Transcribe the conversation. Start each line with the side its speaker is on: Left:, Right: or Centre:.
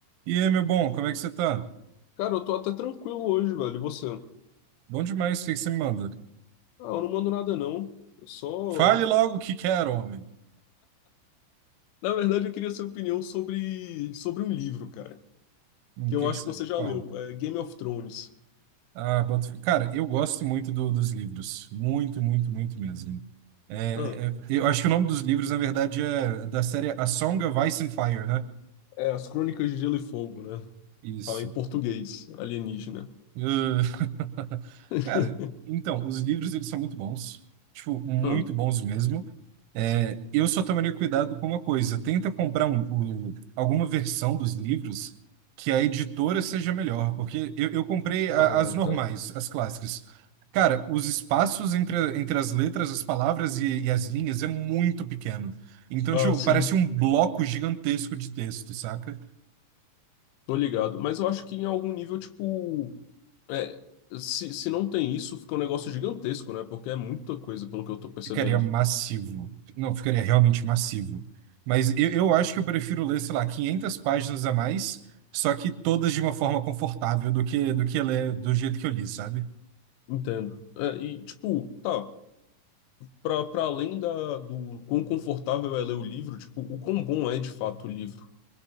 Right: E aí, meu bom, como é que você tá?
Left: Cara, eu tô até tranquilo hoje, velho. E você? Ah,
Right: Bom demais, o que que você me manda?
Left: eu não mando nada, não. Eu só.
Right: Fale logo o que quer, homem.
Left: Na verdade, eu queria sua opinião sobre, sobre um livro, cara.
Right: Hum,
Left: Que
Right: O
Left: eu
Right: que
Left: acho
Right: que você...
Left: que você já
Right: Qual?
Left: leu. É Game of Thrones.
Right: Ah, boto... fé. Cara, eu gosto muito do- dos livros. Muito, muito, muito mesmo. É,
Left: Ah,
Right: é- eu acho que o nome dos livros, na verdade, é da série A Song of Ice and Fire, né?
Left: é As Crônicas de Gelo e Fogo, né?
Right: Isso.
Left: Fala em português, alienígena.
Right: Uh, <laughs>
Left: <laughs>
Right: Cara, então, os livros, eles são muito bons. Tipo, muito
Left: Hum.
Right: bons mesmo. É, eu só tomaria cuidado com uma coisa. Tenta comprar um- um- alguma versão dos livros que a editora seja melhor, porque eu, eu comprei a-
Left: Ah,
Right: as normais,
Left: tá.
Right: as clássicas. Cara, os espaços entre, entre as letras, as palavras e, e as linhas é muito pequeno. Então,
Left: Ah,
Right: tipo,
Left: sim.
Right: parece um bloco gigantesco de texto, saca?
Left: Tô ligado. Mas eu acho que em algum nível, tipo. É, se, se não tem isso, fica um negócio gigantesco, né? Porque é muita coisa, pelo que eu tô percebendo.
Right: Ficaria massivo. Não, ficaria realmente massivo. Mas eu, eu acho que eu prefiro ler, sei lá, 500 páginas a mais, só que todas de uma forma confortável do que do que ler do jeito que eu li, sabe?
Left: Entendo. É, e, tipo, tá. Pra, pra além da, do quão confortável é ler o livro, tipo, o quão bom é de fato o livro.